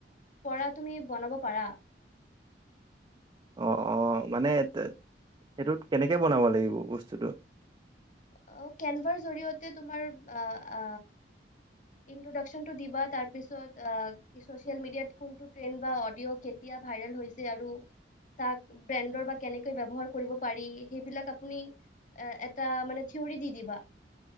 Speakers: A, on the left (about 45°); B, on the right (about 25°).
A: পৰা তুমি বনাব পাৰা।
B: অ, অ মানে সেইটোত কেনেকে বনাব লাগিব বস্তুটো?
A: অ, কেনভাৰ জৰিয়তে তোমাৰ আ আ ইন্ত্ৰডাকচনটো দিবা, তাৰপিছত কি চছিয়েল মিডিয়াত কোনটো ট্ৰেণ্ড বা অডিঅ' কেতিয়া ভাইৰেল হৈছে আৰু তাক ট্ৰেণ্ডৰ বা কেনেকে ব্যৱহাৰ কৰিব পাৰি সেইবিলাক আপুনি এটা মানে থিউৰি দি দিবা।